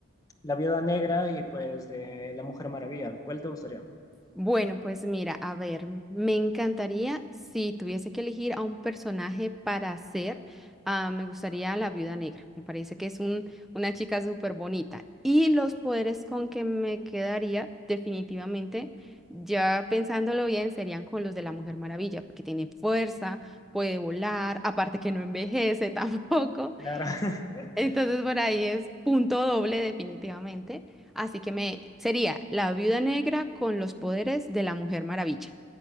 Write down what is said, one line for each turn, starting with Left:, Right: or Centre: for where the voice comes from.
Left: la Viuda Negra y pues de la Mujer Maravilla. ¿Cuál te gustaría?
Centre: Bueno, pues mira, a ver, me encantaría si tuviese que elegir a un personaje para hacer, ah, me gustaría la Viuda Negra. Me parece que es un, una chica súper bonita. Y los poderes con que me quedaría, definitivamente, ya pensándolo bien, serían con los de la Mujer Maravilla, porque tiene fuerza, puede volar, aparte que no envejece <laughs> tampoco.
Left: Claro. <laughs>
Centre: Entonces por ahí es punto doble definitivamente. Así que me sería la viuda negra con los poderes de la Mujer Maravilla,